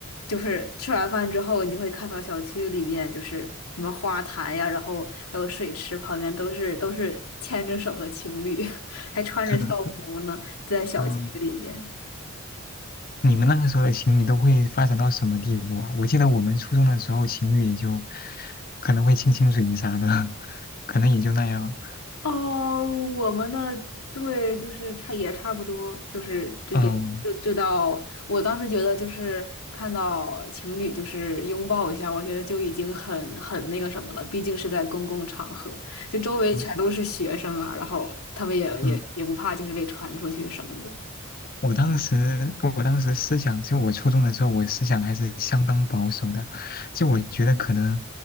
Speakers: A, on the left; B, on the left.
A: 就是吃完饭之后，你就会看到小区里面就是什么花坛呀，然后还有水池旁边都是都是牵着手的情侣，<laughs> 还穿着校服呢，
B: <laughs>
A: 在小区里面。
B: 嗯，你们那个时候的情侣都会发展到什么地步啊？我记得我们初中的时候，情侣也就可能会亲亲嘴啥的，<laughs> 可能也就那样。
A: 哦，我们那儿对，就是差也差不多，就是就也就就到我当时觉得就是看到情侣就是拥抱一下，
B: 嗯
A: 我觉得就已经很很那个什么了，毕竟是在公共场合，就周围全都是学生啊，
B: 嗯
A: 然后他们也也也不怕就是被传出去什么的。
B: 嗯，我当时，我当时思想，就我初中的时候，我思想还是相当保守的。就我觉得可能